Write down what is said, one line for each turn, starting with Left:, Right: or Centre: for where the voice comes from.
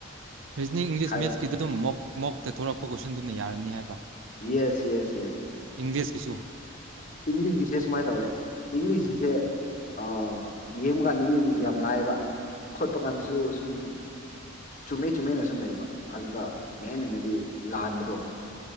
Right: ꯔꯤꯖꯅꯤꯡ ꯏꯪꯂꯤꯁ
Left: ꯍꯥꯏꯔꯣ
Right: ꯃꯦꯠꯁꯀꯤꯗ ꯑꯗꯨꯝ ꯃꯣꯛ ꯃꯣꯛꯇ ꯊꫭꯂꯛꯄ ꯀꯣꯏꯁꯟꯗꯨꯅ ꯌꯥꯔꯅꯤ ꯍꯥꯏꯕ
Left: ꯌꯦꯁ ꯌꯦꯁ ꯌꯦꯁ
Right: ꯏꯪꯂꯤꯁꯀꯤꯁꯨ
Left: ꯏꯪꯂꯤꯁꯀꯤꯁꯦ ꯁꯨꯃꯥꯏꯅ ꯇꯧꯋꯦ ꯏꯪꯂꯤꯁꯀꯤꯁꯦ ꯑ ꯌꯦꯡꯕ ꯀꯥꯟꯗꯗꯤ ꯌꯥꯝ ꯂꯥꯏꯕ ꯈꯣꯠꯄ ꯀꯥꯟꯗꯁꯨ ꯁꯨꯝ ꯆꯨꯝꯃꯦ ꯆꯨꯝꯃꯦꯅ ꯁꯨꯝ ꯂꯩꯕ ꯑꯗꯨꯗ ꯃꯦꯟ ꯑꯣꯏꯅꯗꯤ ꯂꯥꯟꯕꯗꯣ